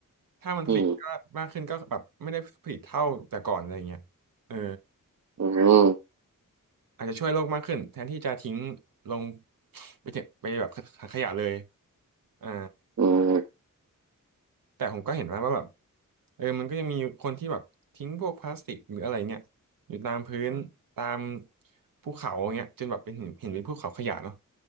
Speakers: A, on the right; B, on the right.
A: ถ้ามันผลิตก็มากขึ้นก็แบบไม่ได้ผลิตเท่าแต่ก่อนอะไรเงี้ยเออ
B: อืมอืม
A: อาจจะช่วยโลกมากขึ้นแทนที่จะทิ้งลงไปเถอะไปแบบถังขยะเลยอ่า
B: อืม
A: แต่ผมก็เห็นว่าว่าแบบเออมันก็ยังมีคนที่แบบทิ้งพวกพลาสติกหรืออะไรเงี้ยอยู่ตามพื้นตามภูเขาเงี้ยจนแบบเป็นเห็นเห็นเป็นภูเขาขยะเนาะ